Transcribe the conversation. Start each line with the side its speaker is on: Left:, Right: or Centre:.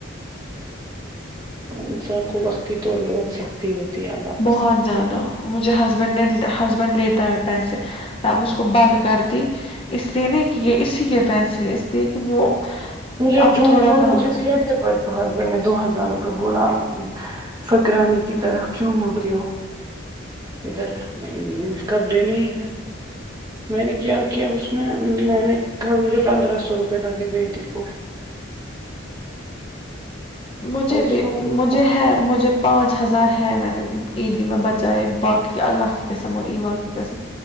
Right: انسان کو وقتی طور بہت سخت تی ہوتی ہے اللہ قسم
Left: بہت زیادہ مجھے ہسبینڈ نے ہسبینڈ لیتا ہے پیسے میں اب اس کو بند کرتی اس لیے نہیں کہ اسی کے پیسے ہیں اس لیے کہ وہ
Right: مجھے
Left: اب
Right: جھوٹ
Left: تھوڑا
Right: بول
Left: کہاں
Right: مجھے <unintelligible> چید ہے پرفو ہسبینڈ نے دو ہزار روپئے بولا آپ فکرانی کی طرح کیوں ہوتی ہو ادھر کب دینے ہے میں نے کیا کیا اس میں میں نے کل مجھے پندرہ سو روپئے لگے بیٹی اف
Left: مجھے
Right: اور
Left: بھی
Right: تو
Left: مجھے
Right: وہ-
Left: ہے مجھے پانچ ہزار ہے میں نے عیدی میں بچائے باقی اللہ کی قسم اور ایوا کی قسم